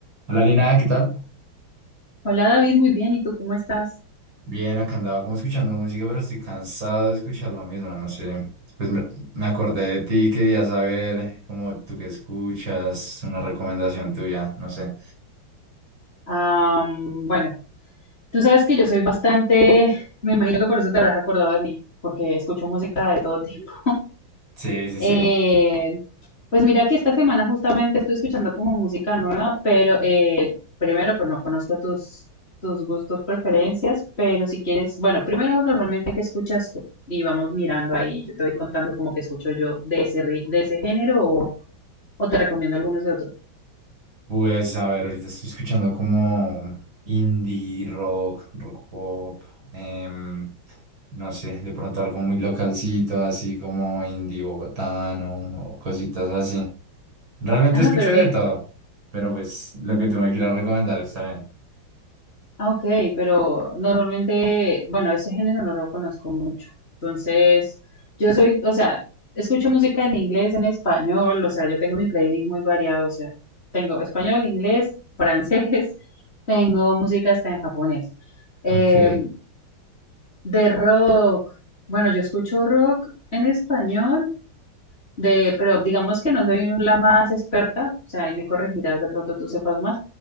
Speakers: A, on the right; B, on the left.
A: Hola Lina, ¿qué tal?
B: Hola David, muy bien. ¿Y tú cómo estás?
A: Bien, acá andaba como escuchando música, pero estoy cansado de escuchar lo mismo, no sé. Pues me, me acordé de ti, quería saber cómo tú que escuchas, una recomendación tuya, no sé.
B: Am, bueno, tú sabes que yo soy bastante, me imagino que por eso te habrás acordado de mí, porque escucho música de todo tipo.
A: Sí, sí,
B: Eh,
A: sí.
B: pues mira que esta semana justamente estoy escuchando como música nueva, pero eh, primero, pues no conozco tus, tus gustos, preferencias, pero si quieres, bueno, primero normalmente qué escuchas tú y vamos mirando ahí, yo te voy contando como que escucho yo de ese, ri- de ese género o, o te recomiendo algunos de otros.
A: Pues a ver, ahorita estoy escuchando como indie rock, rock pop, em, no sé, de pronto algo muy localcito, así como indie bogotano o cositas así. Realmente
B: Ah,
A: escucho
B: pero
A: de
B: mire.
A: todo, pero pues lo que tú me quieras recomendar está bien.
B: Ah, ok, pero normalmente, bueno, ese género no lo conozco mucho. Entonces, yo soy, o sea, escucho música en inglés, en español, o sea, yo tengo mi playlist muy variado, o sea, tengo español, inglés, francés, <laughs> tengo música hasta en japonés. Eh,
A: Ok,
B: de rock, bueno, yo escucho rock en español, de, pero digamos que no soy la más experta, o sea, ahí me corregirás, de pronto tú sepas más,